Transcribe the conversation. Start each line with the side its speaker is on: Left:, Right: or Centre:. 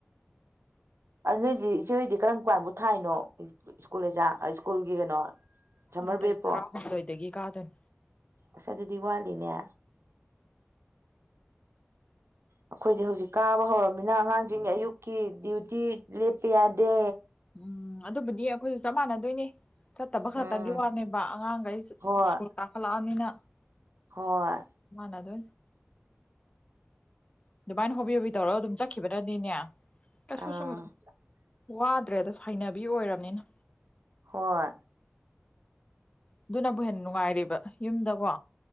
Right: ꯑꯗꯨꯗꯩꯗꯤ ꯏꯆꯦ ꯍꯗꯤ ꯀꯔꯝ ꯀꯥꯟꯕꯨ ꯊꯥꯏꯅꯣ ꯁ꯭ꯀꯨꯜ ꯑꯦꯖꯥ ꯁ꯭ꯀꯨꯜꯒꯤ ꯀꯩꯅꯣ ꯁꯝꯃꯔ
Left: ꯑꯩ ꯇꯥꯔꯤꯛ
Right: ꯕ꯭ꯔꯦꯛꯄꯣ
Left: ꯇꯔꯥꯍꯨꯝꯗꯣꯏꯗꯒꯤ ꯀꯥꯗꯅꯨ
Right: ꯑꯁ ꯑꯗꯨꯗꯤ ꯋꯥꯠꯂꯤꯅꯦ ꯑꯩꯈꯣꯏꯗꯤ ꯍꯧꯖꯤꯛ ꯀꯥꯕ ꯍꯧꯔꯕꯃꯤꯅ ꯑꯉꯥꯡꯁꯤꯡꯒꯤ ꯑꯌꯨꯛꯀꯤ ꯗ꯭ꯌꯨꯇꯤ ꯂꯦꯞꯄ ꯌꯥꯗꯦ
Left: ꯎꯝ ꯑꯗꯨꯕꯨꯗꯤ ꯑꯩꯈꯣꯏꯁꯨ ꯆꯞ ꯃꯥꯟꯅꯗꯣꯏꯅꯦ ꯆꯠꯇꯕ ꯈꯛꯇꯒꯤ
Right: ꯎꯝ
Left: ꯋꯥꯅꯦꯕ ꯑꯉꯥꯡꯈꯩ
Right: ꯍꯣꯏ
Left: ꯁ꯭ꯀꯨꯜ ꯀꯥꯈꯠꯂꯛꯑꯅꯤꯅ
Right: ꯍꯣꯏ
Left: ꯃꯥꯅ ꯑꯗꯨ ꯑꯗꯨꯃꯥꯏꯅ ꯍꯣꯕꯤ ꯍꯣꯕꯤ ꯇꯧꯔꯒ ꯑꯗꯨꯝ ꯆꯠꯈꯤꯕꯗꯗꯤꯅꯦ ꯀꯩꯁꯨ
Right: ꯑꯥ
Left: ꯁꯨꯝ ꯋꯥꯗ꯭ꯔꯦꯗꯁꯨ ꯍꯩꯅꯕꯤ ꯑꯣꯏꯔꯕꯅꯤꯅ
Right: ꯍꯣꯏ
Left: ꯑꯗꯨꯅꯕꯨ ꯍꯦꯟꯅ ꯅꯨꯡꯉꯥꯏꯔꯤꯕ ꯌꯨꯝꯗꯀꯣ